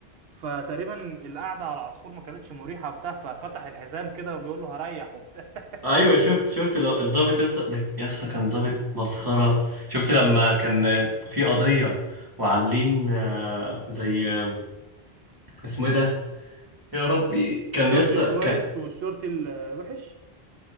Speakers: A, on the right; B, on the right.
A: فتقريبا القعده على العصفور ما كانتش مريحه بتاع ففتح الحزام كده وبيقول له هريح وبتاع
B: ايوه شفت شفت ال- الظابط يا اسطى ده يا اسطى كان ظابط مسخرة شفت لما
A: اه
B: كان في قضية وعاملين آه، زي آه، اسمه ايه ده يا ربي كان
A: الشرطي
B: يا اسطى
A: الكويس
B: كان
A: والشرطي الوحش